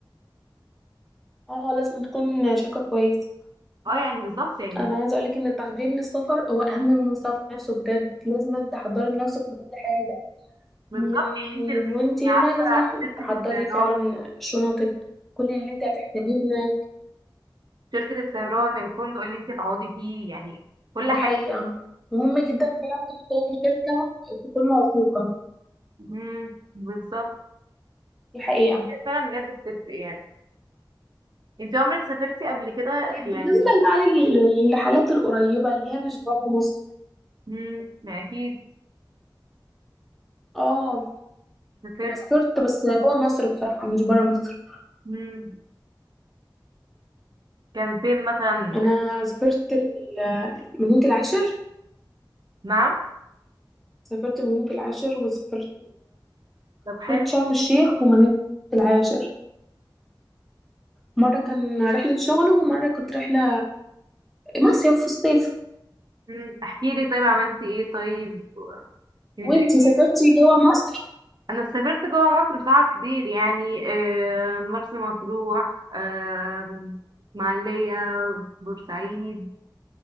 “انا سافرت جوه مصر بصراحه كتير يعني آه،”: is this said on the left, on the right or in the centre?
Right